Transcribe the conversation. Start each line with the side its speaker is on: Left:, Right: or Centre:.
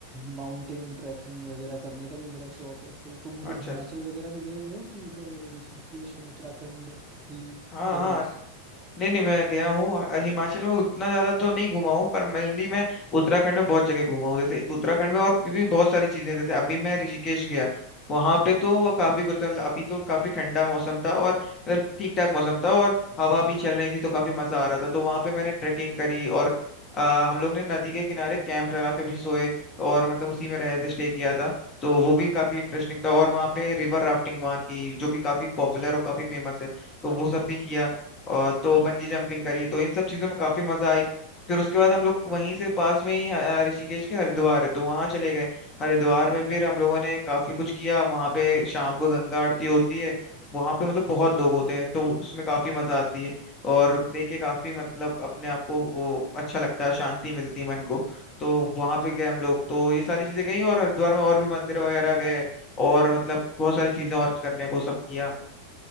Right: माउंटेन ट्रैकिंग वगैरह करने का भी मेरा शौक है तो तुम उधर
Left: अच्छा
Right: हिमाचल
Left: अच्छा
Right: वगैरह भी गए हुए हो कि इधर ऋषिकेश एंड उत्तराखंड ही
Left: हाँ
Right: गए
Left: हाँ
Right: हो
Left: नहीं नहीं मैं गया हूँ अ- हिमाचल में उतना ज्यादा तो नहीं घुमा हूँ पर मेनली मैं उत्तराखंड में बहुत जगह घुमा हूँ जैसे उत्तराखंड में और क्योंकि बहुत सारी चीजें हैं, जैसे अभी मैं ऋषिकेश गया वहां पे तो वो काफी कुछ था मतलब अभी तो काफी ठंडा मौसम था और मतलब ठीक ठाक मौसम था और हवा भी चल रही थी तो काफी मजा आ रहा था तो वहां पे मैंने ट्रेकिंग करी और अ, हम लोग ने नदी के किनारे कैंप लगा के भी सोए और मतलब उसी में रहे थे स्टे किया था तो वो भी काफी इंटरेस्टिंग था और वहाँ पे रिवर राफ्टिंग वहाँ की जो कि काफी पॉपुलर और काफी फेमस है तो वो सब भी किया और तो बंजी जंपिंग करी तो इन सब चीजों में काफी मजा आई फिर उसके बाद हम लोग वहीं से पास में ही अ, ऋषिकेश के हरिद्वार है तो वहां चले गए हरिद्वार में फिर हम लोगों ने काफी कुछ किया वहां पे शाम को गंगा आरती होती है वहां पे मतलब बहुत लोग होते हैं तो उसमें काफी मजा आती है और देख के काफी मतलब अपने आप को वो अच्छा लगता है शांति मिलती है मन को तो वहां पे गए हम लोग तो ये सारी चीजें गई और हरिद्वार में और भी मंदिर वगैरह गए और मतलब बहुत सारी चीजें और करने को सब किया